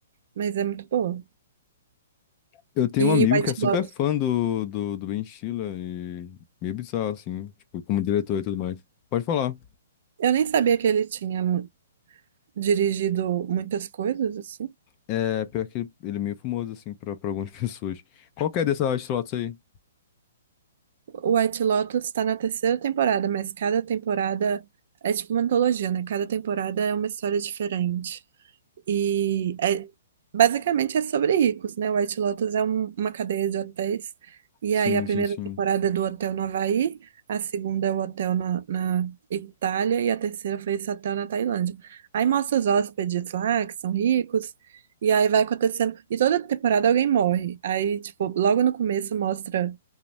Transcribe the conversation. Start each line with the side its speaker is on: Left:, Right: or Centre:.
Right: Mas é muito boa.
Left: Eu tenho
Right: E
Left: um amigo
Right: White
Left: que é super
Right: Lotus,
Left: fã do, do, do Ben Stiller e meio bizarro, assim, tipo, como diretor e tudo mais. Pode falar.
Right: eu nem sabia que ele tinha mu- dirigido muitas coisas, assim.
Left: É, pior que ele, ele é meio famoso, assim, pra, pra algumas <laughs> pessoas. Qual que é dessa slots aí?
Right: O White Lotus tá na terceira temporada, mas cada temporada é tipo uma antologia, né? Cada temporada é uma história diferente. E é- basicamente é sobre ricos, né? White Lotus é um- uma cadeia de hotéis. E
Left: Sim,
Right: aí a primeira
Left: sim, sim.
Right: temporada é do hotel no Havaí, a segunda é o hotel na, na Itália e a terceira foi esse hotel na Tailândia. Aí mostra os hóspedes lá que são ricos. E aí vai acontecendo. E toda temporada alguém morre. Aí, tipo, logo no começo mostra